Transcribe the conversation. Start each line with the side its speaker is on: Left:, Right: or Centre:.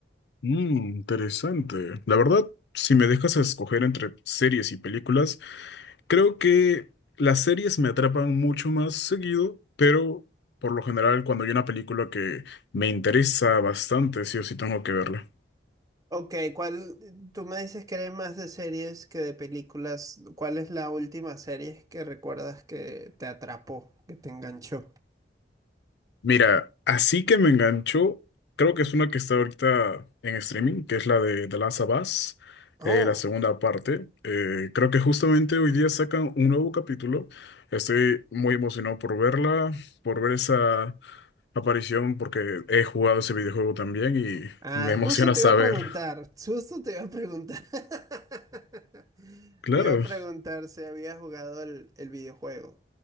Left: Mmm, interesante. La verdad, si me dejas escoger entre series y películas, creo que las series me atrapan mucho más seguido, pero por lo general cuando hay una película que me interesa bastante, sí o sí tengo que verla.
Right: Ok, ¿cuál, tú me dices que eres más de series que de películas? ¿Cuál es la última serie que recuerdas que te atrapó, que te enganchó?
Left: Mira, así que me enganchó, creo que es una que está ahorita en streaming, que es la de The Last of Us,
Right: Oh,
Left: eh, la segunda parte. Eh, creo que justamente hoy día sacan un nuevo capítulo. Estoy muy emocionado por verla, por ver esa aparición, porque he jugado ese videojuego también y
Right: ah,
Left: me emociona
Right: justo te
Left: saber.
Right: iba a preguntar, justo te iba a preguntar. <laughs>
Left: Claro.
Right: Te iba a preguntar
Left: <laughs>
Right: si había jugado el, el videojuego.